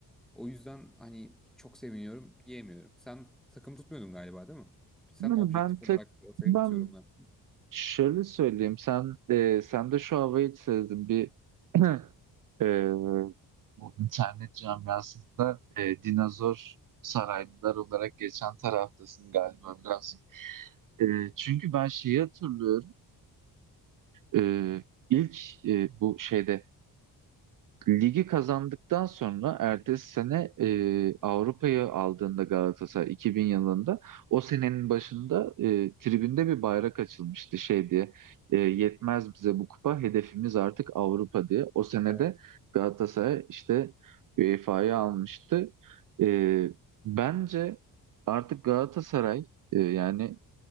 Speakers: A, in the centre; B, on the right.
A: o yüzden hani çok seviniyorum diyemiyorum. Sen takım tutmuyordun galiba değil mi? Sen
B: Yani
A: objektif
B: ben tek
A: olarak Galatasaray'ı
B: ben
A: nasıl yorumlarsın?
B: şöyle söyleyeyim. Sen e, sen de şu havayı sezdim. Bir <clears throat> Ee, Bu internet camiasında e, dinozor saraylılar olarak geçen taraftasın galiba birazcık. E, çünkü ben şeyi hatırlıyorum. E, ilk e, bu şeyde Ligi kazandıktan sonra ertesi sene e, Avrupa'yı aldığında Galatasaray 2000 yılında o senenin başında e, tribünde bir bayrak açılmıştı şey diye e, yetmez bize bu kupa hedefimiz artık Avrupa diye. O senede
A: Evet.
B: Galatasaray işte UEFA'yı almıştı. E, bence artık Galatasaray e, yani